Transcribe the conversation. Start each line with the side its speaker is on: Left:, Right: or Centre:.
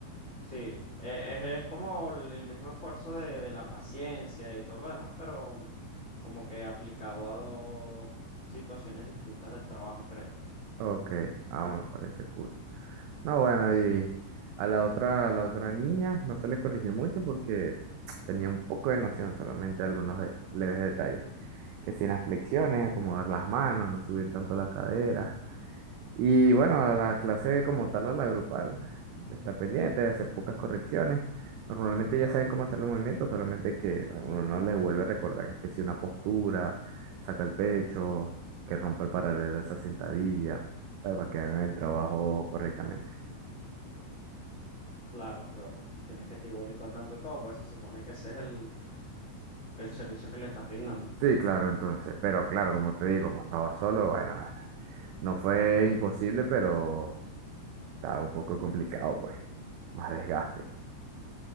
Left: Sí, e- es, es como el el mismo esfuerzo de, de la paciencia y todo lo demás, pero como que aplicado a dos situaciones distintas del trabajo, creo.
Right: Ok, ah, me parece cool. No, bueno,
Left: Sí,
Right: y a la otra, a la otra niña no se le corrigió mucho porque <tsk> tenía un poco de noción, solamente algunos de- leves detalles. Que si en las flexiones, acomodar las manos, no subir tanto la cadera. Y bueno, a la clase como tal, a la grupal, estar pendiente, hacer pocas correcciones. Normalmente ya saben cómo hacer los movimientos, solamente que a uno no les vuelve a recordar que si una postura, saca el pecho, que rompa el paralelo de esa sentadilla, ¿sabes? Para que hagan el trabajo correctamente.
Left: claro, claro. Tienes que estar igualito al tanto de todo, pues se supone que ese es el, el servicio que le estás brindando.
Right: Sí, claro, entonces, pero claro, como te digo, como estaba solo, bueno, eh, no fue imposible, pero estaba un poco complicado, pues, más desgaste.